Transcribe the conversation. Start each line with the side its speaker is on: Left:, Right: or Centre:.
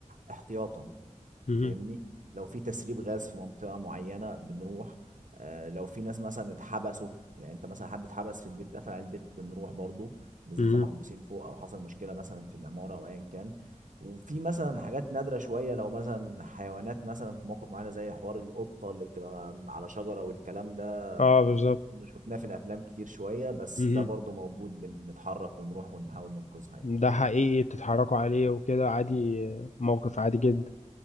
Right: احتياطا
Left: مهم.
Right: فاهمني لو في تسريب غاز في منطقة معينة بنروح آه، لو في ناس مثلا اتحبسوا يعني انت مثلا حد اتحبس في البيت قفل على البيت بنروح برضو بالذات
Left: مهم.
Right: لو محبوسين فوق او حصل مشكلة مثلا في العمارة او ايا كان وفي مثلا حاجات نادرة شوية لو مثلا حيوانات مثلا في موقف معينة زي حوار القطة اللي بتبقى م- على شجرة والكلام ده
Left: اه بالظبط
Right: كنا شفناه في الافلام كتير شوية بس
Left: مهم.
Right: ده برضو موجود بن- بنتحرك ونروح ونحاول ننقذها يعني
Left: ده حقيقي بتتحركوا عليه وكده عادي آه، موقف عادي جدا